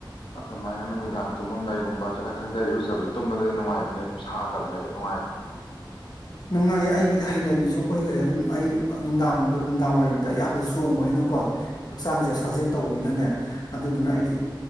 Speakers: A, on the left (about 85°); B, on the left (about 50°).
A: ꯑꯗꯨꯃꯥꯏꯅ ꯅꯨꯃꯤꯗꯥꯡ ꯇꯨꯝꯃꯝꯗꯥꯏꯒꯨꯝꯕ ꯈꯤꯇꯪ ꯊꯪꯗ ꯏꯔꯨꯖꯕꯁ ꯇꯨꯝꯕꯗꯗꯤ ꯅꯨꯡꯉꯥꯏꯕꯅꯦ ꯁꯥꯗꯕꯅꯦꯕ ꯅꯨꯡꯉꯥꯏꯕꯅꯦꯕ
B: ꯅꯨꯡꯉꯥꯏꯌꯦ ꯑꯩꯒꯤꯗꯤ ꯍꯩꯅꯕꯤꯁꯨ ꯑꯣꯏꯈ꯭ꯔꯦ ꯑꯗꯨꯝ ꯑꯩ ꯅꯨꯡꯗꯥꯡ ꯅꯨꯡꯗꯥꯡ ꯋꯥꯏꯔꯝꯗ ꯑꯌꯥꯝꯕ ꯆꯣꯡꯕꯅꯤꯅꯀꯣ ꯍꯛꯆꯥꯡꯁꯦ ꯁꯥꯖꯦꯜ ꯇꯧꯕꯅꯤꯅꯅꯦ ꯑꯗꯨꯗꯨꯅ ꯑꯩꯗꯤ